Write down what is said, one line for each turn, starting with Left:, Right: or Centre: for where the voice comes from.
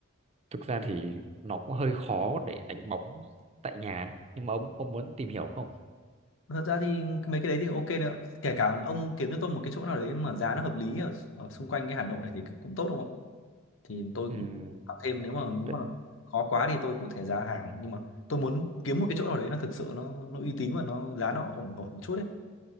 Right: thực ra thì nó cũng hơi khó để đánh bóng tại nhà ấy. nhưng mà ông ông muốn tìm hiểu không
Left: Thật ra thì mấy cái đấy thì ok nữa. Kể cả ông kiếm cho tôi một cái chỗ nào đấy mà giá nó hợp lý ở, ở xung quanh cái Hà Nội này thì cũng tốt đúng không thì tôi
Right: ừ,
Left: cũng tạo thêm nếu mà nếu
Right: tại,
Left: mà khó quá thì tôi cũng có thể ra hàng nhưng mà tôi muốn kiếm một cái chỗ nào đấy nó thực sự nó nó uy tín và nó giá nó ổn ổn một chút đấy